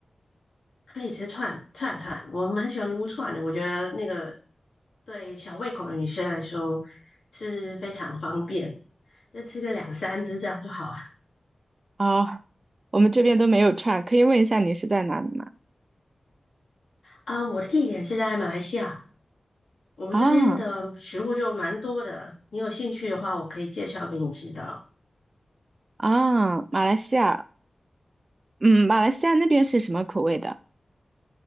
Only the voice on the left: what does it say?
可以吃串串串，我蛮喜欢撸串的，我觉得那个对小胃口的女生来说是非常方便，就吃个两三只这样就好了。
啊、我的地点是在马来西亚。我们这边的食物就蛮多的，
你有兴趣的话，我可以介绍给你知道。